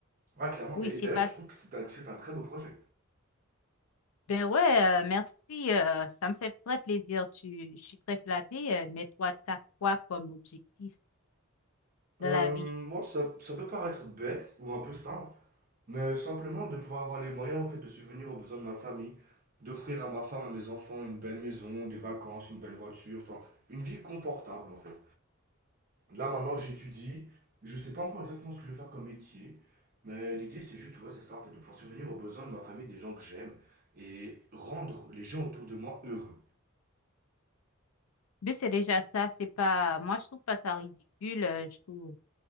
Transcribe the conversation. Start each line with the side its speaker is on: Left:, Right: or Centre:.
Right: Ouais, clairement.
Left: Oui,
Right: Mais
Left: c'est
Right: et d'ailleurs,
Left: pas,
Right: je trouve que c'est un, c'est un très beau projet.
Left: Ben ouais, euh, merci. euh, ça me fait très plaisir. Tu, je suis très flattée. euh, mais toi, t'as quoi comme objectif
Right: Euh,
Left: dans la vie?
Right: moi, ça, ça peut paraître bête ou un peu simple, mais euh, simplement de pouvoir avoir les moyens en fait de subvenir aux besoins de ma famille, d'offrir à ma femme, à mes enfants une belle maison, des vacances, une belle voiture, enfin une vie confortable en fait. Là maintenant j'étudie, je sais pas encore exactement ce que je vais faire comme métier, mais l'idée c'est juste ouais c'est ça en fait de pouvoir subvenir aux besoins de ma famille, des gens que j'aime et rendre les gens autour de moi heureux.
Left: ben c'est déjà ça. C'est pas. Moi, je trouve pas ça ridicule. euh, je trouve